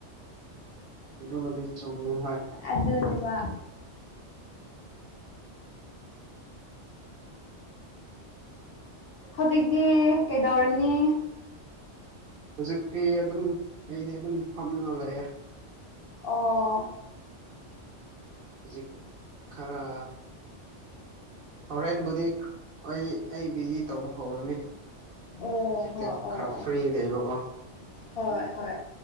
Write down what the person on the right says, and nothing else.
ꯑꯗꯨꯕꯨꯗꯤ ꯆꯨꯨꯝꯃꯦ ꯍꯣꯏ
ꯍꯧꯖꯤꯛꯇꯤ ꯑꯗꯨꯝ ꯑꯩꯗꯤ ꯑꯗꯨꯝ ꯐꯝꯃꯒꯥ ꯂꯩꯌꯦ
ꯍꯧꯖꯤꯛ ꯈꯔ ꯍꯣꯔꯦꯟꯕꯨꯗꯤ ꯍꯣꯏ ꯑꯩ ꯕꯤꯖꯤ ꯇꯧꯕ ꯍꯧꯔꯅꯤ
ꯍꯧꯖꯤꯛꯇ
ꯈꯥ
ꯐꯔꯤ ꯂꯩꯕ ꯀꯣ